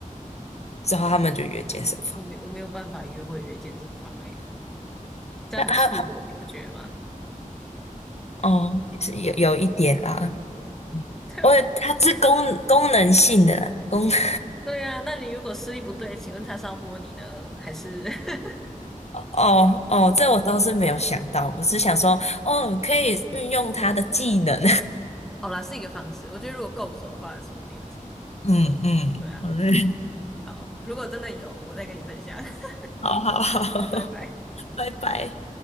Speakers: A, on the left; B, in the centre.
A: 之后他们就约健身房。
B: 我没我没有办法约会约健身房诶、这样很赤裸，
A: 那他他
B: 你不觉得吗？
A: 哦，是有有一点啦，
B: <laughs>
A: 我他是功功能性的啦，功能
B: 对呀，那你如果视力不对，请问他是要摸你呢，还是？<laughs>
A: 哦哦，这我倒是没有想到，我是想说，哦，可以运用他的技能。
B: 好啦，是一个方式。我觉得如果够熟的话，说不定有机会。
A: 嗯嗯，
B: 对啊，
A: <laughs> 好嘞，
B: 好，如果真的有，我再跟你分享。
A: 好好好，
B: <laughs> 好，拜拜。
A: <laughs> 拜拜。